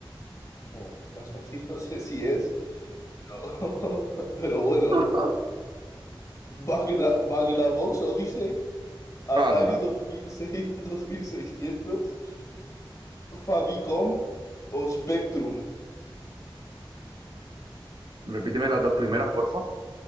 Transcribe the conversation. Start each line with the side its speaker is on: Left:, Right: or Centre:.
Left: Bueno, más fácil <laughs> no sé si es. <laughs> Pero bueno,
Right: <laughs>
Left: Magna, Magnavox Odyssey, Atari
Right: Anda.
Left: 2006, 2600, <laughs> Famicom o Spectrum.
Right: Repíteme las dos primeras, porfa.